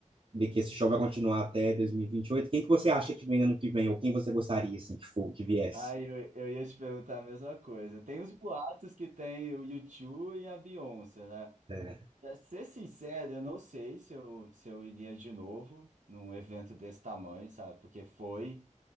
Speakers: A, on the right (about 45°); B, on the right (about 80°).
A: de que esse show vai continuar até dois mil e e vinte e oito, quem que você acha que vem ano que vem, ou quem você gostaria assim que for, que viesse?
B: Ah, eu, eu ia te perguntar a mesma coisa. Tem os boatos que tem o U2 e a Beyoncé, né?
A: É.
B: Pra ser sincero, eu não sei se eu, se eu iria de novo num evento desse tamanho, sabe? Porque foi,